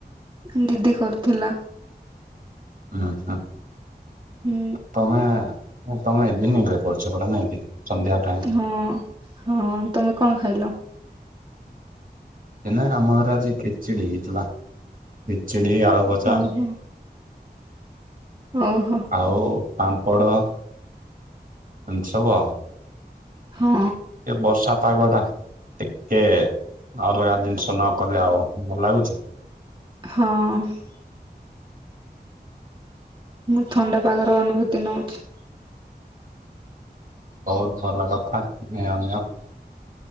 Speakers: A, on the right (about 30°); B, on the right (about 55°).
A: ଦିଦି କରିଥିଲା।
B: ଉଁ ହୁଁ।
A: ହୁଁ
B: ତମେ ତମେ ଇଭିନିଂରେ କରୁଛ ପରା ନାଇଁ କି ସନ୍ଧ୍ୟାରେ।
A: ହଁ ହଁ, ତମେ କଣ ଖାଇଲ?
B: ସେ ନା ଆମ ଘରେ ଆଜି ଖେଚଡି ହେଇଥିଲା। ଖିଚୁଡ଼ି ଆଳୁ ଭଜା।
A: ଓହୋ ଓହୋ
B: ଆଉ ପାମ୍ପଡ ଏମିତି ସବୁ ଆଉ।
A: ହଁ।
B: ଟିକେ ବର୍ଷା ପାଗଟା। ଟିକେ ଅଲଗା ଜିନିଷ ନକଲେ ଆଉ ଭଲ ଲାଗୁଛି।
A: ହଁ। ମୁଁ ଥଣ୍ଡା ପାଗର ଅନୁଭୂତି ନଉଛି।
B: ବହୁତ ଭଲ କଥା। ନିଅ ନିଅ।